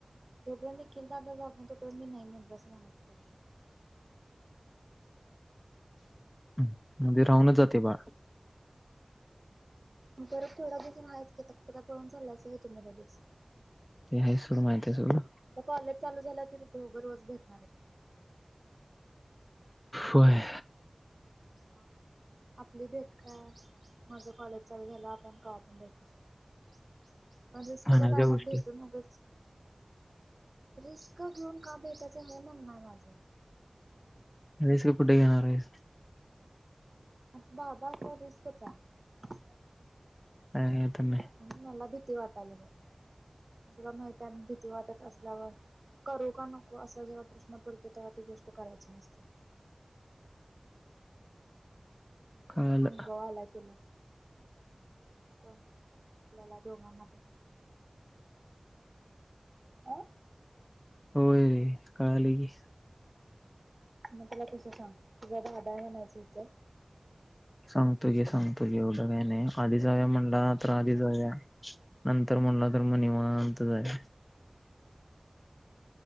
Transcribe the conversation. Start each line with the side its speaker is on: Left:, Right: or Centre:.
Right: जो पर्यंत निखील दादा जाऊ ना तो पर्यंत मी नाही म्हटल असं म्हणायचं त्याला
Left: म्हध्येे राहूनच जाते बाळ
Right: बरं थोडा दिसून आहेच की आता कुठं काय पळून चालायचं आहे तुम्ही ल दिस
Left: हे सर्व माहिती आहे तुला
Right: आता कॉलेज चालू झाल्या वरती तू रोज भेटणार आहेत.
Left: व्हय.
Right: हा. आपली भेट काय माझ कॉलेज चालू झालं आपण कवा पण भेटू शकतो. मग रिस्कच्या
Left: म्हणायच्या
Right: टायमात
Left: गोष्टी
Right: भेटून मगच रिस्क घेऊन का भेटायचं हे म्हण आहे माझं
Left: रिस्क कुठे घेणार आहेस.
Right: आता दादा त रिस्कच आहे
Left: अ तम
Right: आणि मला भीती वाटायला बघ मग तुला माहित भीती वाटत असल्यावर करू का नको असा जेव्हा प्रश्न पडतो तेव्हा ती गोष्ट करायची नसते.
Left: <unintelligible> कळालं
Right: अनुभव आलाय तुला. पण आपल्याला दोघांना पण. अ
Left: होय रे कळालय घे
Right: मग तुला तसं सांग तुझ्या ददाय म्हणायचं होतं
Left: सांगतो घे सांगतो घे एवढं काही नाही आधी जावु या म्हणला तर आधी जावूया नंतर म्हणलात म णीवांत जा आहे